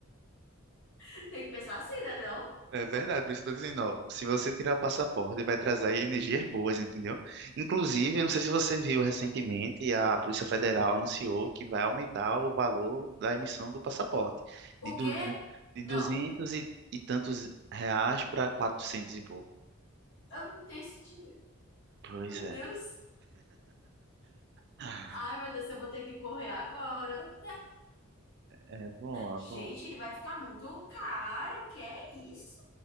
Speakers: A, on the left; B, on the right.
A: <laughs> Tem que pensar assim, né, não?
B: É verdade, por isso que eu tô dizendo, ó, se você tirar o passaporte, vai trazer energias boas, entendeu? Inclusive, eu não sei se você viu recentemente, a Polícia Federal anunciou que vai aumentar o valor da emissão do passaporte
A: O
B: de, duze-
A: quê?
B: de
A: Não,
B: 200 e, e tantos reais para 400 e pouco.
A: eu não tenho esse dinheiro.
B: Pois
A: Meu Deus.
B: é. Ah,
A: Ai, meu Deus, eu vou ter que correr agora.
B: É bom,
A: Gente,
B: é bom.
A: ele vai ficar muito caro. O que é isso?